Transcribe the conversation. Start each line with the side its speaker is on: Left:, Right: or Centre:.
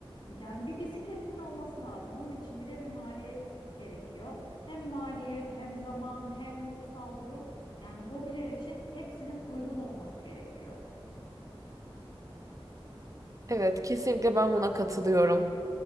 Left: yani bir bisikletinin olması lazım. Onun için bile bir maliyet gerekiyor. Hem maliyet, hem zaman, hem ruhsal durum. Yani hobiler için hepsinin uygun olması gerekiyor.
Right: Evet, kesinlikle ben buna katılıyorum.